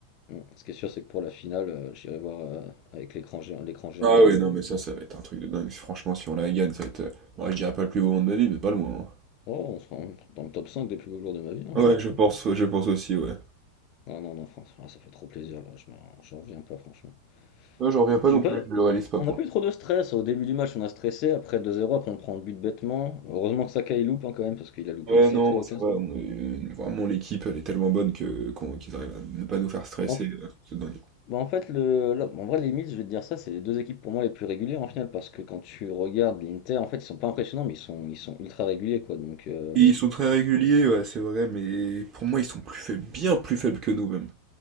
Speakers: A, on the left; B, on the right.
A: Mm. Ce qui est sûr, c'est que pour la finale, euh, j'irai voir euh, avec l'écran géant, l'écran géant
B: Ah
A: là. euh,
B: oui, non, mais ça, ça va être un truc de dingue. Franchement, si on la gagne, ça va être. euh, Ouais, je dirais pas le plus beau moment de ma vie, mais pas loin.
A: Oh, on sera en- dans le top 5 des plus beaux jours de ma vie, hein,
B: hein.
A: je pense.
B: Ouais, je pense,
A: hein.
B: je pense aussi, ouais.
A: Ah non, non, France, ah, ça fait trop plaisir là, je m'en- j'en reviens pas, franchement.
B: Non, j'en reviens pas
A: J'ai
B: non
A: pas...
B: plus, je le réalise pas
A: On
B: pour
A: n'a pas
B: l'instant.
A: eu trop de stress. Au début du match, on a stressé. Après 2-0, après on prend le but bêtement. Heureusement que Saka il loupe hein, quand même, parce qu'il a loupé
B: Ouais,
A: une sacrée
B: non,
A: occasion.
B: ça va, on a eu- une- vraiment l'équipe, elle est tellement bonne que qu'on- qu'ils arrivent à ne pas nous faire stresser,
A: En, f-
B: euh, c'est dingue.
A: bah, en fait, le, là, en vrai, limite, je vais te dire ça, c'est les deux équipes pour moi les plus régulières en finale, parce que quand tu regardes l'Inter, en fait, ils sont pas impressionnants, mais ils sont, ils sont ultra réguliers quoi. Donc. euh,
B: Ils sont très réguliers, ouais, c'est vrai, mais pour moi, ils sont plus faibles, bien plus faibles que nous même.